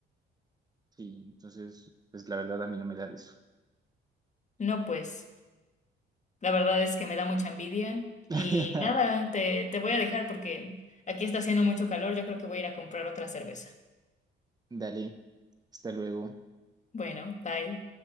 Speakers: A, on the right; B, on the left.
A: Sí, entonces, pues la verdad a mí no me da eso.
B: No, pues, la verdad es que me da mucha envidia.
A: <laughs>
B: Y nada, te, te voy a dejar porque aquí está haciendo mucho calor. Yo creo que voy a ir a comprar otra cerveza.
A: Dale, hasta luego.
B: Bueno, bye.